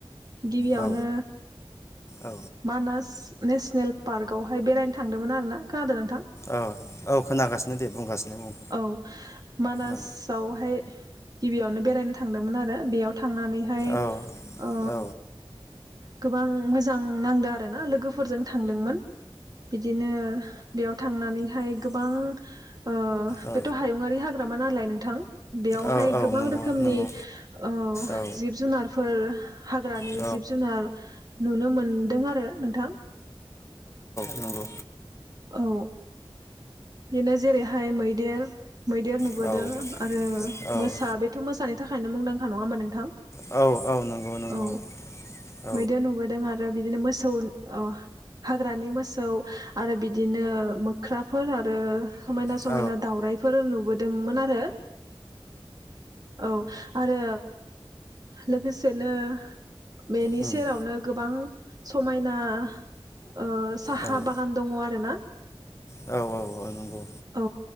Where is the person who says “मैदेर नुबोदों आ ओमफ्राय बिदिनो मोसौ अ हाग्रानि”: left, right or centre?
Right